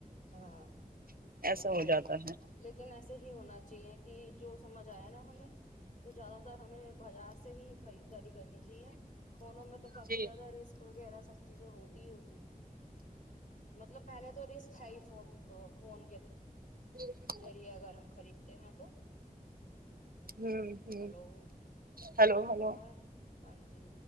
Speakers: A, on the left (about 60°); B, on the right (about 80°).
A: ہاں
B: ایسا
A: وہ تو
B: ہو
A: ہے
B: جاتا
A: ہی لیکن ایسے ہی چاہیے کہ جو سمجھ آیا نا ہمیں تو زیادہ تر ہمیں بازار سے ہی خریدداری کرنی چاہیے فونوں میں تو کافی
B: جی
A: زیاد ریس پر وغیرہ سب چیزیں ہوتی ہی ہوتی ہیں مطلب پہلے تو ریس ہے ہی فون فون کے
B: جی
A: ذریعے اگر ہم خریدتے ہیں تو
B: جی ہوں
A: ہلو
B: ہوں ہلو ہلو
A: اور ہاں جی